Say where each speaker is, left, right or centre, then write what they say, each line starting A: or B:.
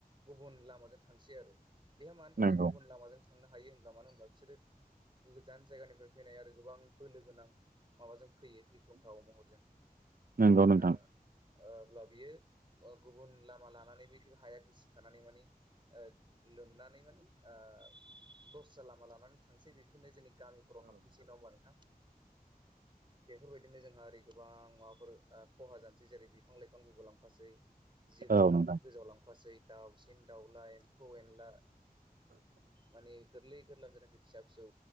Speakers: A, on the right; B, on the right.
A: गुबुन लामाजों थांसै आरो बेहा मानि थाखाय
B: नंगौ
A: गुबुन लामाजों थांनो हायो होनबा मानो होनबा बिसोरो गोजान जायगानिफ्राय फैनाय आरो गोबां बोलो गोनां माबाजों फैयो। गिख्रंथाव महरजों
B: नंगौ नोंथां
A: ओ ओब्ला बियो ओ गुबुन लामा लानानै बे हाया गिसि खानानै माने ओद लोमनानै माने ओ दस्रा लामा लानानै थांसै बेफोरनो जोंनि गामि हराव हाबफैसै दाव होमबा नोंथां बेफोरबायदिनो जोंहा ओरै गोबां माबाफोर ओ खहा जानोसै जेरै बिफां लाइफां गुगुलांफासै। जिब
B: औ
A: जुनारफोर
B: नोंथां
A: गोजावलांफासै दाउसिन दाउला एम्फौ एनला माने गोरलै गोरलां जेनाखि फिसा फिसौ